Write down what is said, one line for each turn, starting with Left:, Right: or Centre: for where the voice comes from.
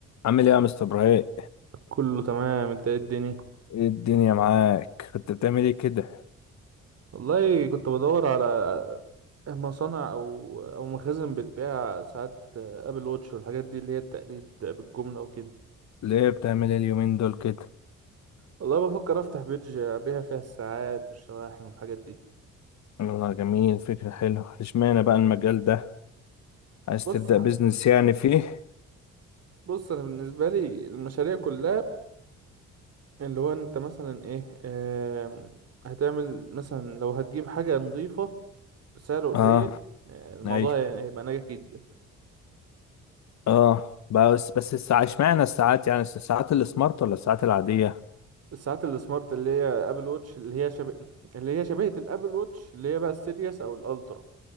Left: عامل ايه يا مستر ابراهيم
Right: كله تمام انت ايه الدنيا
Left: ايه الدنيا معاك كنت بتعمل ايه كده
Right: والله كنت بدور على مصانع او او مخازن بتبيع ساعات ابل واتش والحاجات دي اللي هي التقليد بالجمله وكده
Left: ليه بتعمل ايه اليومين دول كده
Right: والله بفكر افتح بيدج ابيع فيها الساعات والشواحن والحاجات دي
Left: والله جميل فكرة حلوة اشمعنى بقى المجال ده عايز
Right: بص
Left: تبدأ
Right: حس...
Left: بيزنس يعني فيه
Right: بص انا بالنسبه لي المشاريع كلها اللي هو انت مثلا ايه آم، هتعمل مثلا لو هتجيب حاجه نظيفه بسعر قليل
Left: اه
Right: آه، الموضوع
Left: اي
Right: هي- هيبقى ناجح جدا
Left: اه بس بس الساعة اشمعنى الساعات يعني الساعات السمارت ولا الساعات العادية
Right: الساعات السمارت اللي هي ابل ووتش اللي هي شبه اللي هي شبيهة الابل ووتش اللي هي بقى السيريس او الالترا